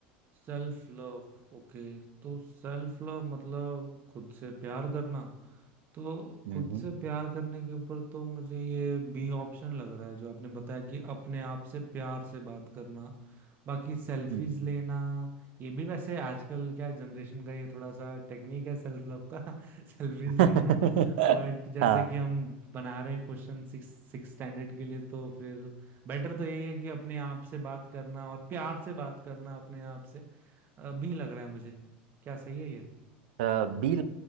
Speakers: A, on the right; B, on the right.
A: Self love okay तो सेल्फ लव मतलब खुद से प्यार करना तो
B: हम्म
A: खुद से प्यार करने के ऊपर तो मुझे ये बी ऑप्शन लग रहा है जो आपने बताया कि अपने आप से प्यार से बात करना बाकी सेल्फीज
B: हम्म,
A: लेना ये भी वैसे आजकल क्या जनरेशन का ये थोड़ा सा टेक्निक है सेल्फ लव का <laughs> सेल्फीज
B: <laughs> हम्म,
A: लेना बट जैसे
B: हाँ
A: कि हम बना रहे हैं क्वेश्चन सिक्स सिक्स स्टैंडर्ड के लिए तो फिर बेटर तो यही है कि अपने आप से बात करना और प्यार से बात करना अपने आप से अ, भी लग रहा है मुझे क्या सही है ये
B: बी